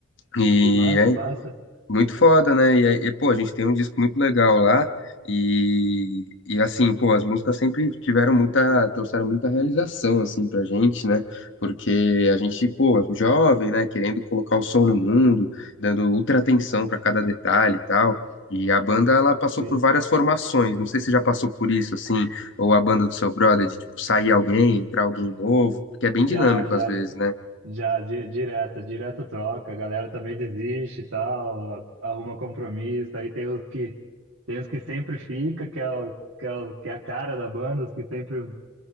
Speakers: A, on the left; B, on the right.
A: E
B: que massa,
A: é
B: massa.
A: muito foda, né? E, aí, e, pô, a gente tem um disco muito legal lá. E, e assim, pô, as músicas sempre tiveram muita, trouxeram muita realização, assim, pra gente, né? Porque a gente, pô, jovem, né? Querendo colocar o som no mundo, dando ultra atenção pra cada detalhe e tal. E a banda, ela passou
B: Sim.
A: por várias formações. Não sei se você já passou por isso, assim, ou a banda do seu brother, de, tipo, sair alguém, entrar alguém novo, porque é bem
B: Já,
A: dinâmico
B: já,
A: às vezes, né?
B: já, di- direta direto troca, a galera também desiste e tal, arruma compromisso, aí tem os que, tem os que sempre fica, que é, o, que, é o- que é a cara da banda, os que sempre